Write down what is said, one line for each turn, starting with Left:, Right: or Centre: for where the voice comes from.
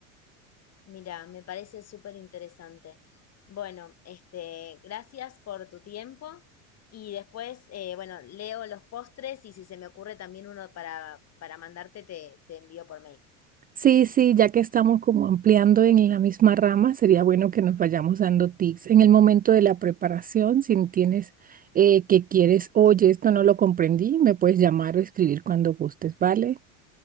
Left: Mira, me parece súper interesante. Bueno, este, gracias por tu tiempo y después, eh, bueno, leo los postres y si se me ocurre también uno para, para mandarte, te, te envío por mail.
Right: Sí, sí, ya que estamos como ampliando en la misma rama, sería bueno que nos vayamos dando tips. En el momento de la preparación, si no tienes eh, que quieres, oye, esto no lo comprendí, me puedes llamar o escribir cuando gustes, ¿vale?